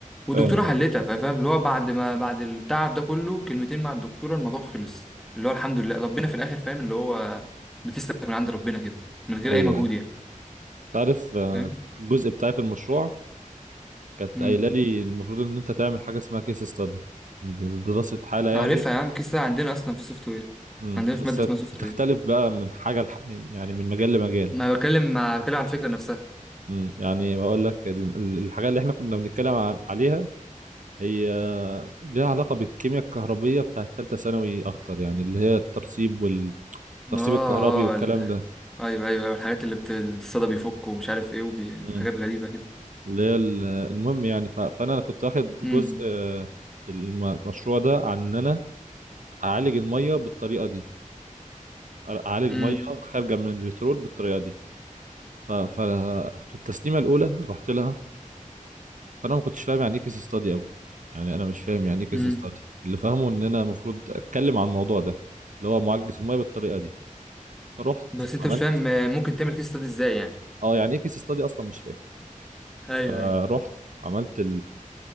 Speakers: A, in the centre; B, on the right (about 65°).
A: والدكتوره
B: فاهم
A: حلتها فا- فاهم اللي هو بعد ما بعد التعب ده كله كلمتين مع الدكتوره الموضوع خلص اللي هو الحمد لله ربنا في الاخر فاهم اللي هو بتسلك من عند ربنا كده من غير
B: ايوه
A: اي مجهود يعني
B: تعرف آه،
A: فاهم
B: الجزء بتاعي في المشروع كانت
A: امم
B: قايله لي المفروض ان انت تعمل حاجه اسمها كيس ستادي دراسه حاله يعني
A: عارفها يا عم قصه عندنا اصلا في السوفت وير
B: مم.
A: عندنا في
B: بس
A: ماده اسمها سوفت
B: بتختلف
A: وير
B: بقى من حاجه لح... من يعني من مجال لمجال
A: ما بكلم مع بكلم عن الفكرة نفسها
B: مم. يعني بقول لك ال- ال- الحاجه اللي احنا كنا بنتكلم ع- عليها هي ليها علاقه بالكيمياء الكهربيه بتاعت ثالثه ثانوي اكتر يعني اللي هي الترسيب والترسيب
A: اه
B: الكهربي والكلام
A: اه ال- ايوه ايوه ايوه الحاجات اللي بت... الصدى بيفك ومش عارف ايه وبي...
B: ده
A: حاجات غريبة كده
B: اللي هي ال- المهم يعني ف- فانا كنت واخد جزء
A: امم
B: آه، الم- المشروع ده عن ان انا اعالج الميه بالطريقه دي اعالج
A: امم
B: ميه خارجه من البترول بالطريقه دي ففي التسليمه الاولى رحت لها فانا ما كنتش فاهم يعني ايه كيس ستادي قوي يعني انا مش فاهم يعني ايه كيس
A: امم
B: ستادي اللي فاهمه ان انا المفروض اتكلم عن الموضوع ده اللي هو معالجه الميه بالطريقه دي فرحت
A: بس انت
B: عملت
A: مش فاهم آه، ممكن تعمل كيس ستادي ازاي يعني
B: اه يعني ايه كيس ستادي اصلا مش فاهم
A: ايوه
B: فرحت
A: ايوه
B: عملت